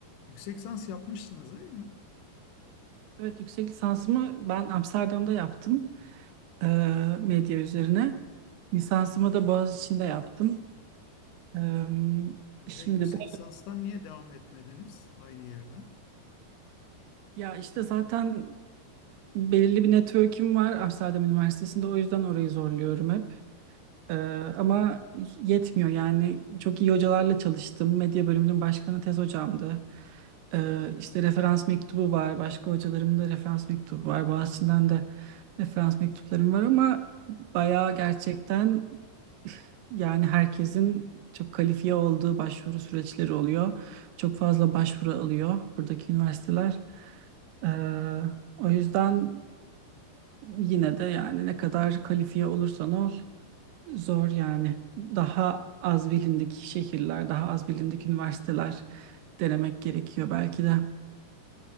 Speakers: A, on the left; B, on the right.
A: Yüksek lisans yapmışsınız değil mi?
B: Evet, yüksek lisansımı ben Amsterdam'da yaptım e, medya üzerine. Lisansımı da Boğaziçi'nde yaptım. E,
A: Peki
B: şimdi
A: yüksek
B: de
A: lisanstan niye devam etmediniz aynı yerden?
B: ya işte zaten belirli bir network'üm var Amsterdam Üniversitesi'nde o yüzden orayı zorluyorum hep. Ee, ama yetmiyor yani çok iyi hocalarla çalıştım. Medya bölümünün başkanı tez hocamdı. Ee, işte referans mektubu var. Başka hocalarımın da referans mektubu var. Boğaziçi'nden de referans mektuplarım var ama bayağı gerçekten yani herkesin çok kalifiye olduğu başvuru süreçleri oluyor. Çok fazla başvuru alıyor buradaki üniversiteler. Ee, o yüzden yine de yani ne kadar kalifiye olursan ol Zor yani. Daha az bilindik şehirler, daha az bilindik üniversiteler denemek gerekiyor belki de.